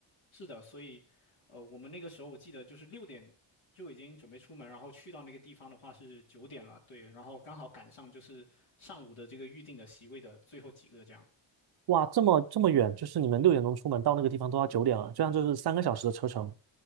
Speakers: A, on the left; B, on the right.
A: 是的，所以，呃，我们那个时候我记得就是六点就已经准备出门，然后去到那个地方的话是九点了，对，然后刚好赶上就是上午的这个预定的席位的最后几个这样。
B: 哇，这么这么远，就是你们六点钟出门到那个地方都要九点了，这样就是三个小时的车程。